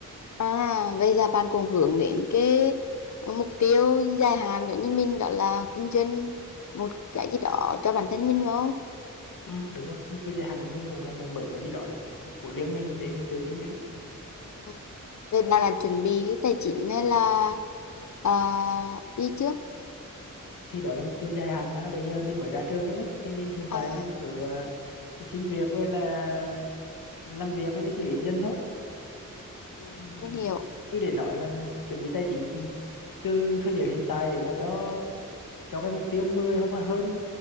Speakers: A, on the left (about 60°); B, on the left (about 80°).
A: À, vậy là bạn cũng hướng đến cái mục tiêu dài hạn giống như mình đó là kinh doanh một cái gì đó cho bản thân mình phải không?
B: ừ, đúng rồi mục tiêu dài hạn của mình cũng là muốn mở một cái gì đó để của riêng mình để mình tự kinh doanh ấy.
A: Ừ. Vậy bạn là chuẩn bị cái tài chính hay là à, đi trước?
B: thì đó là mục tiêu dài hạn mà bây giờ mình mới ra trường chứ mấy thì mình hiện
A: À,
B: tại mình cứ à, xin việc rồi là làm việc rồi tích lũy dần thôi
A: ừ,
B: ừ,
A: mình hiểu.
B: chứ để nói mà chuẩn bị tài chính từ thời điểm hiện tại để mà cho cho cái mục tiêu 10 hoặc là hơn